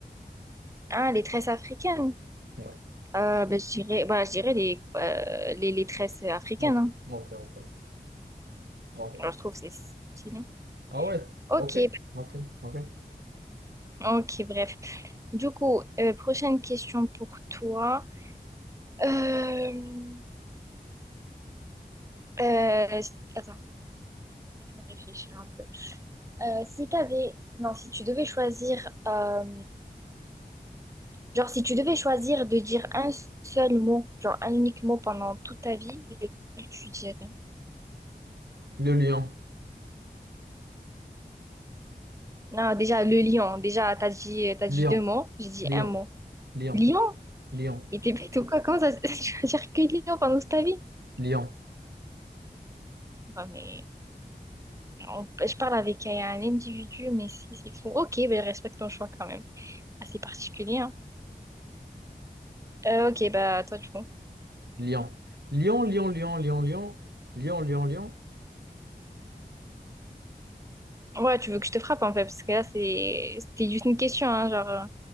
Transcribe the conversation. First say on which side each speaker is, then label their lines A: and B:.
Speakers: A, on the right; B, on the right.
A: Ah, les tresses africaines.
B: Ouais.
A: Euh, ben, je dirais, ben, je dirais les, euh, les, les tresses africaines.
B: Ok,
A: hein.
B: ok, ok. ok.
A: Alors, je trouve que c'est stylé.
B: Ah ouais,
A: Ok,
B: ok, ok, ok.
A: ben, ok, bref. Du coup, euh, prochaine question pour toi. Euh, euh, attends, laisse-moi réfléchir un peu. Euh, si t'avais, non, si tu devais choisir, euh, genre si tu devais choisir de dire un seul mot, genre un unique mot pendant toute ta vie, lequel tu dirais?
B: Le lion,
A: Non, déjà le lion. Déjà, t'as dit, t'as
B: lion,
A: dit deux mots. J'ai dit
B: lion,
A: un mot.
B: lion,
A: Lion?
B: lion,
A: Mais t'es bête ou quoi? Comment ça, <laughs> tu vas dire que Lyon pendant toute ta vie?
B: lion,
A: Non, mais on- ben, je parle avec un individu, mais si c'est fou. Ok, ben respecte ton choix quand même. Assez particulier, hein. Euh, ok, bah toi du coup.
B: lion, lion, lion, lion, lion, lion, lion, lion, lion.
A: Ouais, tu veux que je te frappe en fait, parce que là c'est c'était juste une question, hein, genre euh,